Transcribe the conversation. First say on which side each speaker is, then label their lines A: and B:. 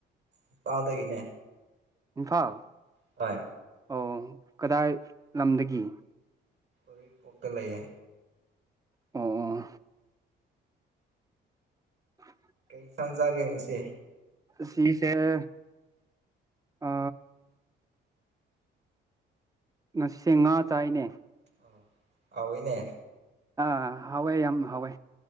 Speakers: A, on the right; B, on the right.
A: ꯏꯝꯐꯥꯜꯗꯒꯤꯅꯦ
B: ꯏꯝꯐꯥꯜ
A: ꯍꯣꯏ
B: ꯑꯣ ꯀꯗꯥꯏ ꯂꯝꯗꯒꯤ
A: ꯎꯔꯤꯄꯣꯛꯇ ꯂꯩꯌꯦ
B: ꯑꯣ ꯑꯣ <unintelligible>
A: ꯀꯩ ꯏꯟꯁꯥꯡ ꯆꯥꯒꯦ ꯉꯥꯁꯤ
B: ꯁꯤꯁꯦ ꯑ ꯉꯁꯤ ꯉꯥ ꯆꯥꯏꯅꯦ
A: ꯑ ꯍꯥꯎꯋꯤꯅꯦ
B: ꯑꯥ ꯍꯥꯎꯋꯦ ꯌꯥꯝ ꯍꯥꯎꯋꯦ